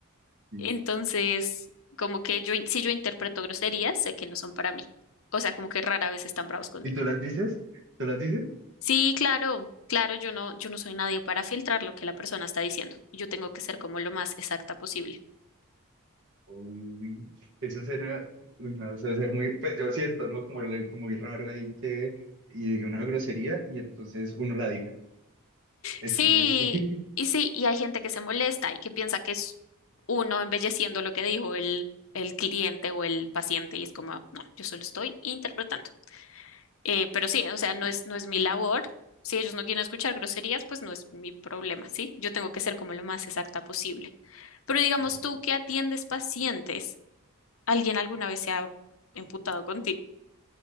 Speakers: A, on the right (about 55°); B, on the left (about 70°).
A: ¿Y,
B: Entonces, como que yo, in- si yo interpreto groserías, sé que no son para mí. O sea, como que rara vez están bravos conmigo.
A: ¿Y tú las dices? ¿Tú las dices?
B: Sí, claro, claro, yo no, yo no soy nadie para filtrar lo que la persona está diciendo. Yo tengo que ser como lo más exacta posible.
A: Uy, eso será, uy, no, eso debe ser muy, pues yo siento, ¿no? Como, le- como muy raro ahí que, y diga una grosería y entonces uno la diga. Es-
B: Sí,
A: es- <laughs>
B: y sí, y hay gente que se molesta y que piensa que es uno embelleciendo lo que dijo el, el cliente o el paciente y es como, no, yo solo estoy interpretando. Eh, pero sí, o sea, no es, no es mi labor. Si ellos no quieren escuchar groserías, pues no es mi problema, ¿sí? Yo tengo que ser como lo más exacta posible. Pero digamos
A: ok.
B: tú que atiendes pacientes, ¿alguien alguna vez se ha emputado contigo?